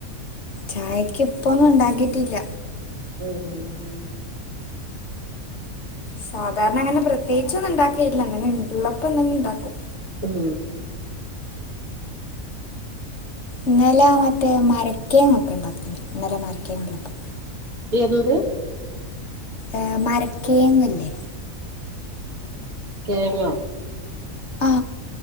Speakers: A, on the left (about 55°); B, on the right (about 85°).
A: ചായക്ക് ഇപ്പൊന്നും ഉണ്ടാക്കിട്ടില്ല
B: ഉം
A: സാധാരണ അങ്ങനെ പ്രത്യേകിച്ച ഒന്നും ഇണ്ടാക്കയില്ല എന്ന ഉള്ളപ്പോ എന്തെങ്ക ഉണ്ടാക്കും
B: ഉം
A: ഇനല മറ്റേ മരക്കേങ്ങൊക്കെ ഇണ്ടാക്കിനി ഇനില മരക്കേങ് ഉള്ളപ്പോ
B: എന്ത്
A: ഏ മരക്കേങ്ങില്ലേ?
B: കോങ്ങോ?
A: ആ